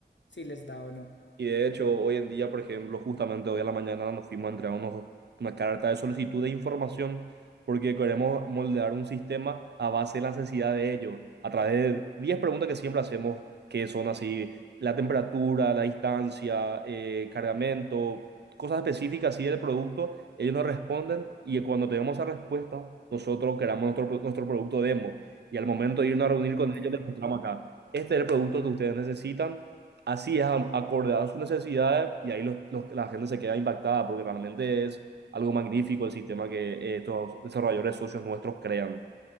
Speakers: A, on the left; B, on the right.
A: si les da o no.
B: Y de hecho, hoy en día, por ejemplo, justamente hoy a la mañana nos fuimos a entregar unos- una carta de solicitud de información porque queremos moldear un sistema a base de la necesidad de ello, a través de 10 preguntas que siempre hacemos, que son así, la temperatura, la distancia, eh, cargamento, cosas específicas así del producto, ellos nos responden y cuando tenemos esa respuesta, nosotros creamos nuestro, pro- nuestro producto demo. Y al momento de irnos a reunir
A: Ok.
B: con ellos, les mostramos acá, este es el producto que ustedes necesitan Así es, am- acorde a sus necesidades y ahí los, los- la gente se queda impactada porque realmente es algo magnífico el sistema que eh, estos desarrolladores socios nuestros crean.